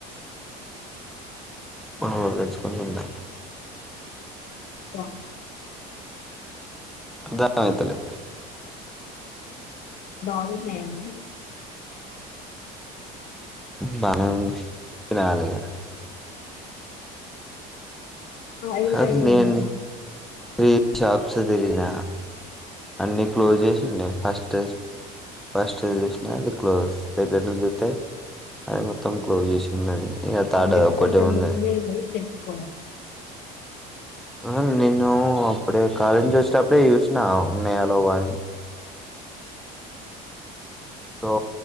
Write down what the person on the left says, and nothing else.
ఆ
బాగున్నాయాహ్
ఆయిల్
ఆయిల్
ఉన్నాయి
అందుకె
కొంచెం
ముందె బొయ్ తెచ్ <inaudible>